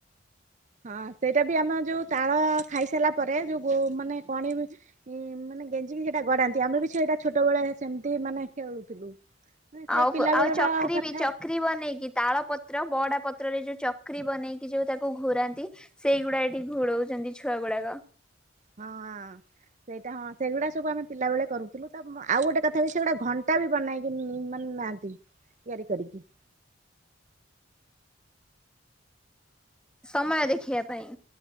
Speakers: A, on the right; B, in the centre.
A: ହଁ ସେଇଟା ବି ଆମେ ଯୋଉ ତାଳ ଖାଇସାରିଲା ପରେ ଯୋଉ ଗୋ ମାନେ କଣି ଏ ମାନେ ଗେଞ୍ଜିକି ସେଇଟା ଗଡାନ୍ତି ଆମେ ବି ସେଇଟା ଛୋଟବେଳେ ସେମିତି ମାନେ ଖେଳୁଥିଲୁ। ମାନେ ସେ
B: ଆଉ-ଆଉ
A: ପିଲା ବେଳର
B: ଚକ୍ରି
A: କଥା
B: ବି ଚକ୍ ଚକ୍ରି ବନେଇକି ତାଳପତ୍ର ବଡ଼ା ପତ୍ରରେ ଯୋଉ ଚକ୍ରି ବନେଇକି ଯୋଉ ତାକୁ ଘୁରାନ୍ତି ସେଇଗୁଡାକ ଏଠି ଘୁଡଉଛନ୍ତି ଛୁଆ ଗୁଡାକ।
A: ହଁ-ହଁ। ସେଇଟା ହଁ ସେଗୁଡା ସବୁ ଆମେ ପିଲା ବେଳେ କରୁଥିଲୁ, ତ ଆଉ ଗୋଟେ କଥା ବି ସେଗୁଡ଼ା ଘଣ୍ଟା ବି ବନେଇକି ମାନେ ନାନ୍ତି ତିଆରି କରିକି।
B: ସମୟ ଦେଖିବା ପାଇଁ।